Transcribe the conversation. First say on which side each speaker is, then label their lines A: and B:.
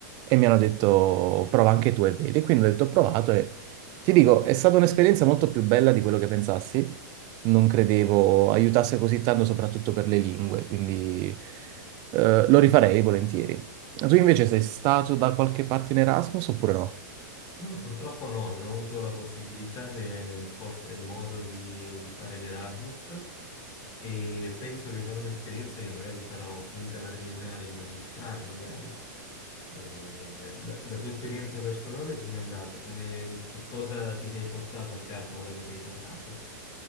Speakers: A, on the right; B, on the left.
A: e mi hanno detto prova anche tu e vedi. Quindi ho detto ho provato e ti dico, è stata un'esperienza molto più bella di quello che pensassi. Non credevo aiutasse così tanto, soprattutto per le lingue, quindi eh, lo rifarei volentieri. Tu invece sei stato da qualche parte in Erasmus oppure no?
B: No, purtroppo no, non ho avuto la possibilità né forse il modo di, di fare l'Erasmus e penso che sarà un'esperienza che magari farò finita la triennale in magistrale, magari. E la, la tua esperienza personale com'è andata? Come, che cosa ti sei portato a casa ora che sei tornato?